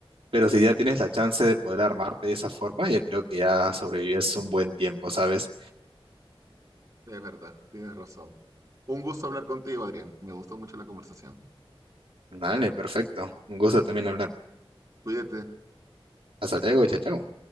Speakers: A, on the right (about 65°); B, on the right (about 35°).
A: pero si ya tienes la chance de poder armarte de esa forma, yo creo que ya sobrevives un buen tiempo, ¿sabes?
B: Es verdad, tienes razón. Un gusto hablar contigo, Adrián. Me gustó mucho la conversación.
A: Dale, perfecto. Un gusto también hablar.
B: Cuídate.
A: Hasta luego, chao, chao.